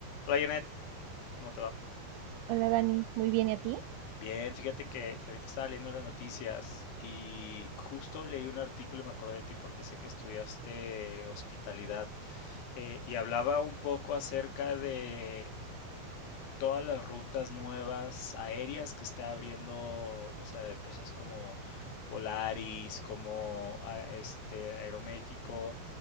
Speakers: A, on the left (about 85°); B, on the right (about 80°).
A: Hola Janet, ¿cómo te va?
B: Hola Dani, muy bien, ¿y a ti?
A: Bien, fíjate que, que ahorita estaba leyendo las noticias y justo leí un artículo y me acordé de ti porque sé que estudiaste hospitalidad eh, y hablaba un poco acerca de todas las rutas nuevas aéreas que está abriendo, o sea, empresas como Volaris, como ah, este Aeroméxico,